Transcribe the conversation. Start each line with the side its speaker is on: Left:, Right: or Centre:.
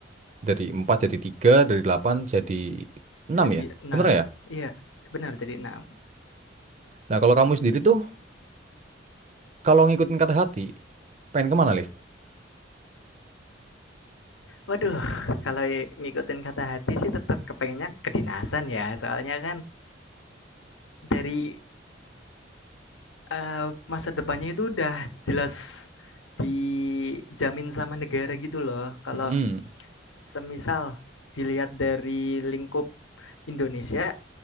Right: dari 4 jadi tiga dari 8 jadi enam
Left: jadi
Right: ya.
Left: enam
Right: Bener ya?
Left: iya benar jadi enam
Right: Nah, kalau kamu sendiri tuh kalau ngikutin kata hati, pengen kemana, Liv?
Left: Waduh kalau ngikutin kata hati sih tetap kepengennya kedinasan ya soalnya kan dari, eee, masa depannya itu udah jelas dijamin sama negara gitu loh kalau
Right: mm
Left: semisal dilihat dari lingkup Indonesia